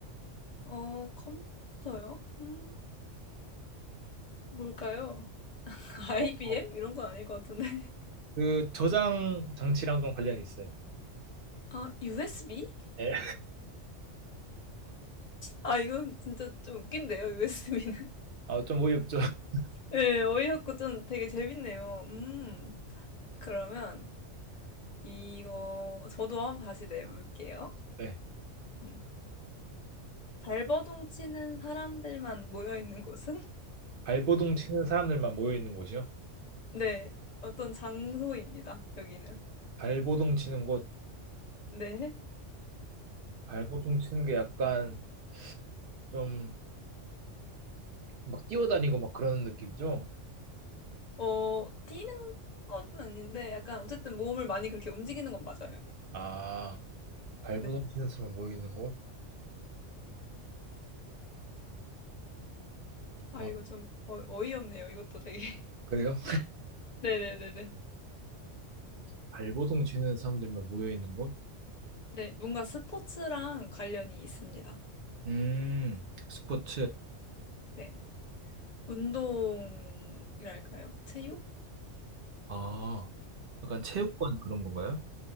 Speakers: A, on the left; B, on the right.
A: 어, 컴퓨터요? 음, 뭘까요? <laughs> IBM?
B: 어, 어.
A: 이런 건 아닐 것 같은데.
B: 그 저장 장치랑 좀 관련이 있어요.
A: 아, USB?
B: 네.
A: 아, 이건 진짜 좀 웃긴데요, USB는. <laughs>
B: 아, 좀 어이없죠. <laughs>
A: 예, 어이없고 좀 되게 재밌네요. 음, 그러면 이거 저도 한번 다시 내볼게요.
B: 네.
A: 음. 발버둥 치는 사람들만 모여 있는 곳은? <laughs>
B: 발버둥 치는 사람들만 모여 있는 곳이요.
A: 네, 어떤 장소입니다, 여기는.
B: 발버둥 치는 곳,
A: 네.
B: 발버둥 치는 게 약간 좀 막 뛰어다니고 막 그런 느낌이죠.
A: 어, 뛰는 건 아닌데, 약간 어쨌든 몸을 많이 그렇게 움직이는 건 맞아요.
B: 아, 발버둥
A: 네.
B: 치는 사람만 모여 있는 곳.
A: 아,
B: 아,
A: 이거 좀 어, 어이없네요. 이것도 되게. <laughs>
B: 그래요?
A: 네네네네.
B: 발버둥 치는 사람들만 모여 있는 곳?
A: 네, 뭔가 스포츠랑 관련이 있습니다.
B: 음, 스포츠.
A: 네, 운동이랄까요? 체육?
B: 아, 약간 체육관 그런 건가요?